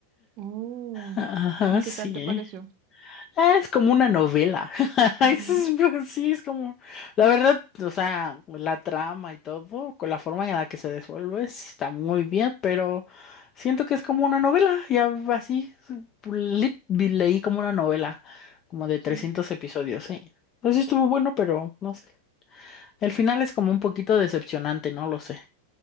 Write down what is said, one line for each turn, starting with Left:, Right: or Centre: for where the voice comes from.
Right: Oh,
Left: Ajá,
Right: ¿y qué
Left: sí.
Right: tal te pareció?
Left: Ah, Es como una novela. <laughs>
Right: Ujú,
Left: Es- es- Sí, es como. La verdad, o sea, la trama y todo, con la forma en la que se desenvuelve, sí está muy bien, pero siento que es como una novela. Ya así, le- leí como una novela, como de trescientos
Right: sí.
Left: episodios, sí. Pues sí estuvo bueno, pero no sé. El final es como un poquito decepcionante, no lo sé.